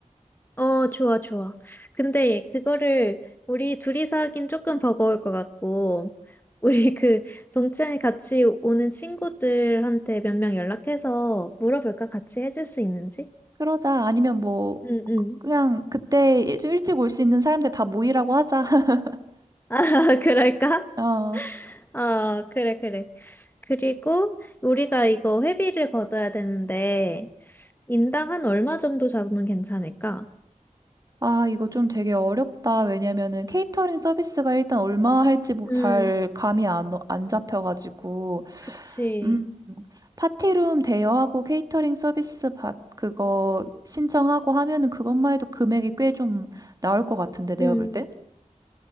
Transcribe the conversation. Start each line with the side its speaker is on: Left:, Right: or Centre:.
Left: 어, 좋아, 좋아. 근데 그거를 우리 둘이서 하긴 조금 버거울 것 같고, <laughs> 우리 그 동창회 같이 오는 친구들한테 몇 명 연락해서 물어볼까? 같이 해줄 수 있는지?
Right: 그러자. 아니면 뭐,
Left: 응, 응.
Right: 그냥 그때 좀 일찍 올 수 있는 사람들 다 모이라고 하자. <laughs>
Left: 아, <laughs> 그럴까?
Right: 어.
Left: 어, 그래, 그래. 그리고 우리가 이거 회비를 걷어야 되는데, 인당 한 얼마 정도 잡으면 괜찮을까?
Right: 아, 이거 좀 되게 어렵다. 왜냐면은 케이터링 서비스가 일단 얼마 할지 뭐
Left: 음,
Right: 잘 감이 안, 오- 안 잡혀가지고.
Left: 그치.
Right: 음, 파티룸 대여하고 케이터링 서비스 받, 그거 신청하고 하면은 그것만 해도 금액이 꽤 좀 나올 것 같은데, 내가
Left: 음.
Right: 볼 땐?